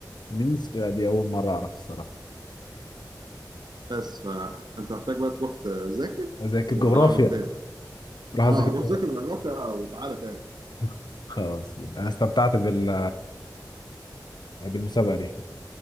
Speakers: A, on the left; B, on the right.
A: مينسك لا دي اول مره اعرف الصراحه
B: بس فانت محتاج بقى تروح تذاكر
A: اذاكر
B: وهلعبك
A: جغرافيا
B: تاني
A: راح
B: اه
A: اذاكر
B: روح
A: جغرافيا
B: ذاكر جغرافيا وتعالى تاني
A: <laughs> خلاص انا استمتعت بال... بالمسابقه دي